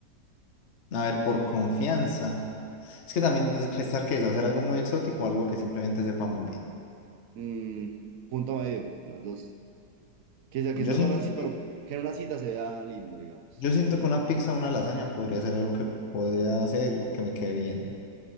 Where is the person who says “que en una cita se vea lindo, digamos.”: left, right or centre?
Right